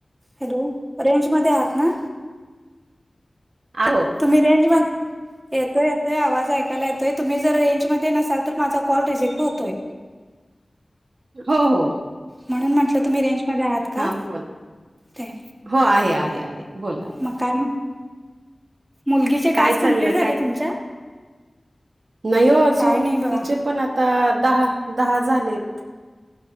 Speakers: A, on the right (about 20°); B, on the right (about 85°).
A: हॅलो,, रेंज मध्ये आहात ना.
B: आहो, ळ
A: तुम्ही रेंज मधे,,, येतोय, येतोय आवाज ऐकायला येतोय, तुम्ही जर रेंजमध्ये नसालऽ तर माझा कॉल रिजेक्ट होतोय
B: हो हो
A: म्हणून म्हटलं तुम्ही रेंजमध्येध्ये आहात का
B: हा बोल
A: ते
B: हो आहे आहे आहे बोला आता
A: मग काय म्हण मुलगीचे
B: काय
A: टास्क
B: चाललं
A: कमप्लीट झाले तुमच्या
B: नयो अजून
A: काय नाही बघा
B: तिचे पण आता दहा, दहा झालेत.